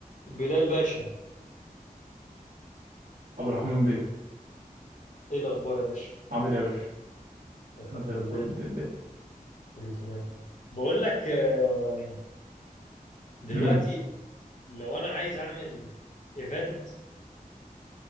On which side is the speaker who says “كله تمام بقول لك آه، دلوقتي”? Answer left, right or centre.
Left